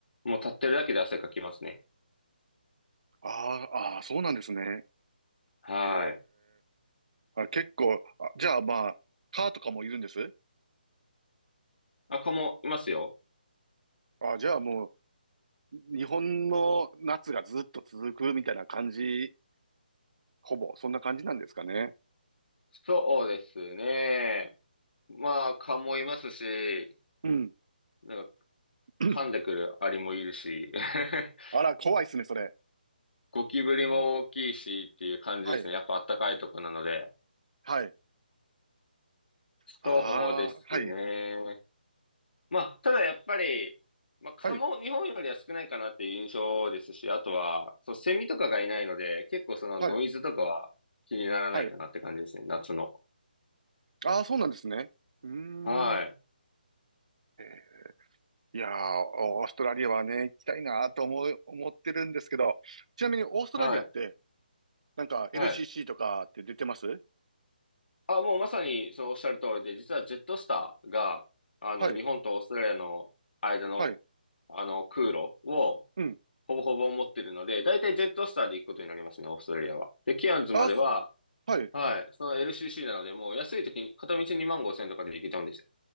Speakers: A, on the left (about 75°); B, on the right (about 45°).
A: もう立ってるだけで汗かきますね。
B: ああ、ああ、そうなんですね。
A: はい。
B: へえ。あ、結構、あ、じゃあまあ、蚊とかもいるんです
A: あ、蚊もいますよ。
B: あ、じゃあもう、日本の夏がずっと続くみたいな感じ、ほぼ、そんな感じなんですかね。
A: そうですね。まあ、蚊もいますし、
B: うん。
A: なんか
B: <clears throat>
A: 噛んでくるアリもいるし、<laughs>
B: あら、怖いっすね、それ。
A: ゴキブリも大きいしっていう感じですね。
B: はい。
A: やっぱ暖かいとこなので。
B: はい。
A: そうですね。
B: ああ、はい、
A: まあ、ただやっぱり、まあ、蚊も日本よりは少ないかなっていう印象ですし、
B: はい、
A: あとは、そう、セミとかがいないので、結構そのノイズとかは気にならないかなって感じですね、
B: はい、はい。
A: 夏の。
B: ああ、そうなんですね。うーん。
A: はい、
B: えーいやー、オーストラリアはね、行きたいなと思う、思ってるんですけど、ちなみにオーストラリアって、
A: はい、
B: なんか
A: はい。
B: LCC とかって出てます
A: あ、もうまさにそのおっしゃる通りで、実はジェットスターが、あの、
B: はい、
A: 日本とオーストラリアの間の、
B: はい、
A: あの、空路を、
B: うん。
A: ほぼほぼ持ってるので、だいたいジェットスターで行くことになりますね、オーストラリアは。で、ケアンズまでは、
B: あー、すはい。
A: はい、その LCC なので、もう安い時に、片道2万5千円とかで行けちゃうんですよ